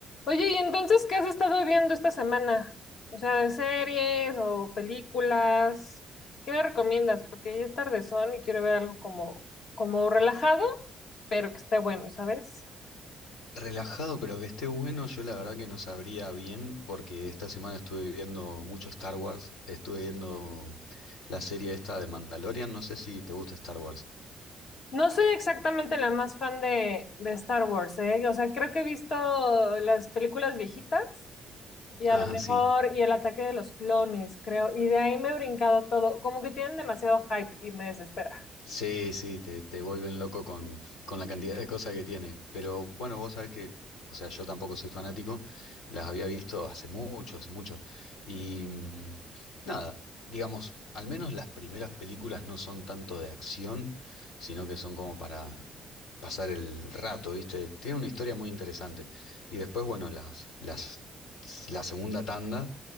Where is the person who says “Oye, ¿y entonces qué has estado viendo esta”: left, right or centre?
Left